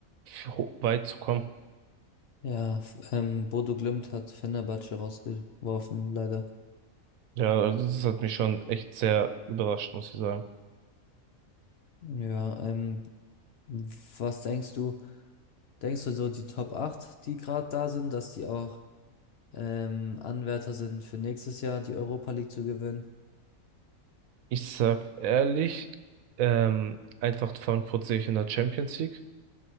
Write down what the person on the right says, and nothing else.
ho- weit zu kommen.
Ja, also das hat mich schon echt sehr überrascht, muss ich sagen.
Ich sag ehrlich, ähm, Eintracht Frankfurt sehe ich in der Champions League.